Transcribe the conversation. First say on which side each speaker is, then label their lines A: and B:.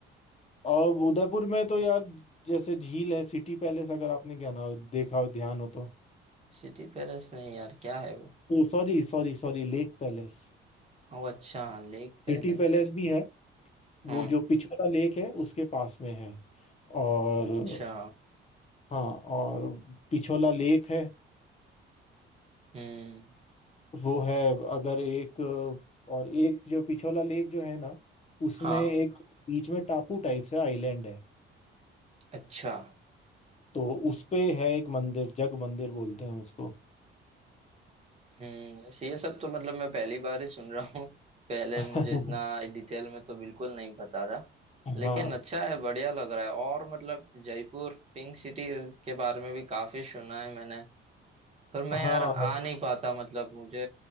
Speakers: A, on the left (about 30°); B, on the right (about 30°).
A: और उदयपुर में तो यार जैसे झील है सिटी पैलेस अगर आपने क्या ना देखा हो ध्यान हो तो
B: City palace नहीं यार क्या है वो
A: वो sorry sorry sorry lake palace
B: ओ अच्छा लेक
A: City
B: पैलेस
A: palace भी है वो
B: हम्म
A: जो पिछोला लेक है उसके पास में है और
B: अच्छा
A: हाँ और पिछोला लेक है
B: हम्म
A: वो है अगर एक और एक जो पिछोला लेक जो है ना उसमें
B: हाँ
A: एक बीच में टापू टाइप से आइलैंड है
B: अच्छा
A: तो उस पे है एक मंदिर जग मंदिर बोलते हैं उसको
B: हम्म ऐसे ये सब तो मतलब मैं पहली बार ही सुन रहा हूँ पहले
A: <laughs>
B: मुझे इतना डिटेल में तो बिल्कुल नहीं पता था
A: हाँ
B: लेकिन अच्छा है बढ़िया लग रहा है और मतलब जयपुर पिंक सिटी के बारे में भी काफी सुना है मैंने फिर मैं
A: हाँ
B: यार आ नहीं पाता मतलब मुझे